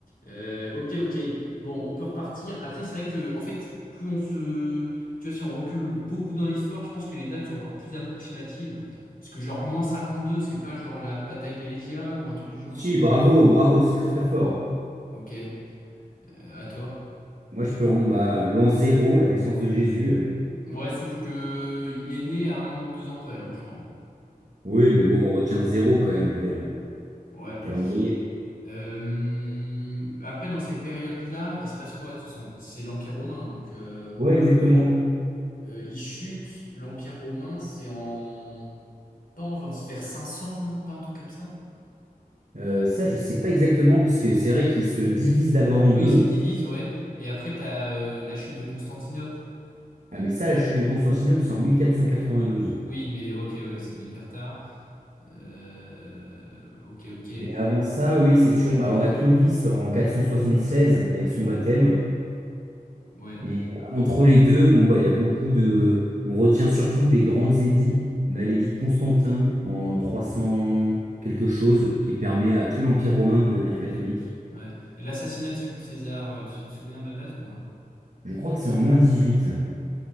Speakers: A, on the left; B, on the right.
A: Euh, ok, ok. Bon, on peut repartir. Après, c'est vrai que, en fait, plus on se... Tu vois, si on recule beaucoup dans l'histoire, je pense que les dates sont encore plus approximatives. Parce que genre, moins 52, c'est pas genre la bataille d'Alésia ou un truc du genre.
B: Si, bravo, bravo, c'est très, très fort.
A: Ok, euh, à toi.
B: Moi, je peux remonter bah, l'an zéro, la naissance de Jésus.
A: Ouais, sauf que il est né à un ou deux ans près, hein, je crois.
B: Oui, mais bon, on retient zéro quand même, là, le
A: Ouais.
B: calendrier.
A: Euh, après, dans cette période-là, il se passe quoi? Ce sont, c'est l'Empire romain, donc euh,
B: Ouais, exactement.
A: euh, il chute. L'Empire romain, c'est en pas on va se faire 500 non? Pas un truc comme ça?
B: Euh, ça, je sais pas exactement, parce que c'est vrai qu'il se divise d'abord en deux.
A: Oui, il se divise, ouais. Et après, t'as euh, la chute de Constantinople.
B: Ah, mais ça, la chute de Constantinople, c'est en 1492.
A: Oui, mais ok, ouais, c'est hyper tard. Euh, ok, ok,
B: Mais avant ça, oui, c'est sûr, bah, on a Clovis en 476 avec son baptême.
A: ouais,
B: Et entre les deux, bon, bah, il y a beaucoup de. On retient surtout des grands édits. On a l'édit de Constantin en 300 quelque chose, qui permet à tout l'Empire romain de devenir catholique.
A: ouais. Et l'assassinat de Jules César, euh, tu te souviens de la date ou pas?
B: Je crois que c'est en moins 18.